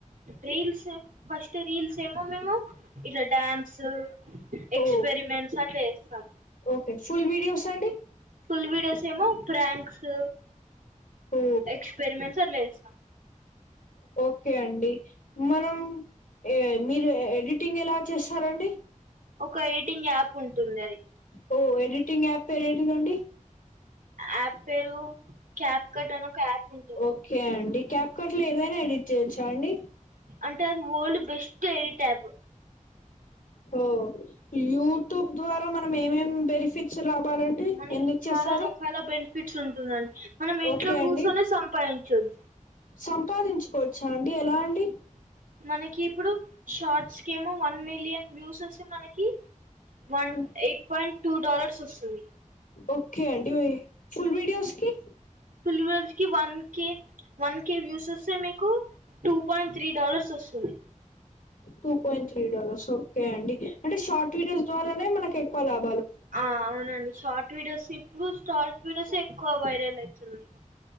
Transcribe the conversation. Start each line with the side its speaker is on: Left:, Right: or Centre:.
Right: రీల్స్ ఫస్ట్ రీల్స్ ఏమో మేమో ఇలా డన్స్ ఎక్స్పెరిమెంట్స్
Left: ఓ
Right: అట్లా చేస్తాం
Left: ఓకే ఫుల్ వీడియోస్ అండి
Right: ఫుల్ వీదియోస్ ఏమో ప్రంక్స్
Left: ఓ
Right: ఎక్స్పెరిమెంట్స్ అట్ల చేస్తా
Left: ఓకే అండి మనం ఏ మీరు ఎడిటింగ్ ఎలా చేస్తారండి
Right: ఒక ఎడిటింగ్ యాప్ ఉంటుంది అది
Left: ఓ ఎడిటింగ్ యాప్ పేరు ఏంటిదండి
Right: యాప్ పేరు క్యాప్ కడ్ అని ఒక యాప్ ఉంటుంది
Left: ఓకే అండి క్యాప్ కట్ లో ఏదైనా ఎడిట్ చేయేచ్చా అండి
Right: అంటే అది వరల్డ్ బెస్ట్ ఎడిటాప్
Left: ఓ యూట్యూబ్ ద్వారా మనం ఏమేం బెనిఫిట్స్ రబ్ చెప్పాలంటే
Right: మనకి
Left: ఎన్నిచ్చేస్తారు
Right: చాలా రకాల బెనిఫిట్స్ ఉంటుందండి మనం ఇంట్లో
Left: ఓకే
Right: కూర్చొని
Left: అండి
Right: సంపాదించొచ్చు
Left: సంపాదించుకోవచ్చా అండి ఎలా అండి
Right: మనకి ఇప్పుడు షార్ట్స్ కేమో వన్ మిలియన్ వ్యూస్ వస్తే మనకి one
Left: um
Right: eight point two dollars వస్తుంది
Left: ఓకే అండి ఫుల్ విడియోస్కి
Right: ఫుల్ కి one K one K views వస్తే మీకు టూ పాయింట్ త్రీ డాలర్స్ ఒస్ స్తయ్
Left: two point three dollars okay అండి అంటే షార్ట్ వీడియోస్ ద్వారనే మన ఎక్కు లాబ్
Right: ఆ అవునండి షార్ట్ వీడియోస్ ఇప్పుడు స్టార్స్ వీడియోస్ ఏ క్కువ వైరల్ అయితున్నా